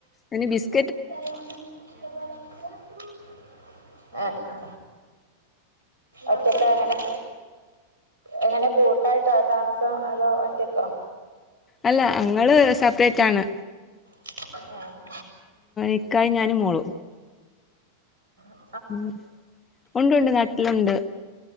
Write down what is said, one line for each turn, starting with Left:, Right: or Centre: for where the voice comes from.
Left: ഓന് ബിസ്
Right: <unintelligible> ആ ആ ഒറ്റക്ക എങ്ങനെ എങ്ങനെ കൂട്ടായിട്ടാ താമസം അതോ ഒറ്റക്കോ
Left: അല്ല അങ്ങള് സപ്രൈറ്റ് ആണ്
Right: ആ
Left: ഇക്കായി ഞാന് മോളു
Right: ആ
Left: ഉം ഉണ്ട് ഉണ്ട് നാട്ടിലുണ്ട്